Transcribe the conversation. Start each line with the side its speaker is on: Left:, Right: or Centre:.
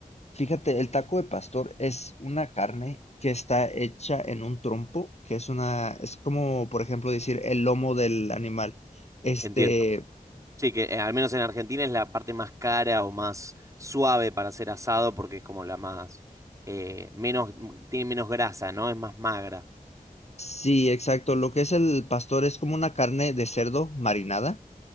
Left: Fíjate, el taco de pastor es una carne que está hecha en un trompo, que es una, es como, por ejemplo, decir el lomo del animal. Este,
Right: Entiendo. Sí, que eh, al menos en Argentina es la parte más cara o más suave para hacer asado porque es como la más, eh, menos, tiene menos grasa, ¿no? Es más magra.
Left: sí, exacto. Lo que es el pastor es como una carne de cerdo marinada